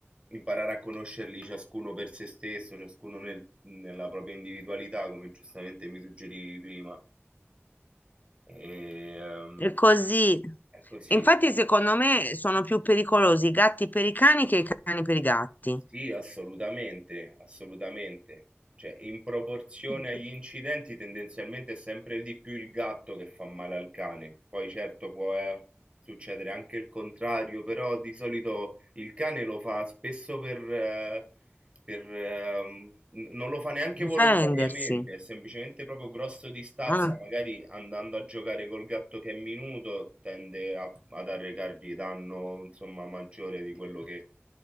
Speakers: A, on the right; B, on the left.
A: imparare a conoscerli ciascuno per se stesso, ciascuno nel- nella propria individualità, come giustamente mi suggerivi prima. E, ehm,
B: è così.
A: è così.
B: Infatti, secondo me sono più pericolosi i gatti per i cani che i cani per i gatti.
A: Sì, assolutamente, assolutamente. Cioè, in proporzione
B: <laughs>
A: agli incidenti, tendenzialmente è sempre di più il gatto che fa male al cane. Poi certo può eh, succedere anche il contrario, però di solito il cane lo fa spesso per, eh, per, ehm, n- non lo fa neanche
B: Difendersi.
A: volontariamente, è semplicemente proprio grosso di stazza,
B: Ah,
A: magari andando a giocare col gatto che è minuto, tende a- ad arrecargli danno, insomma, maggiore di quello che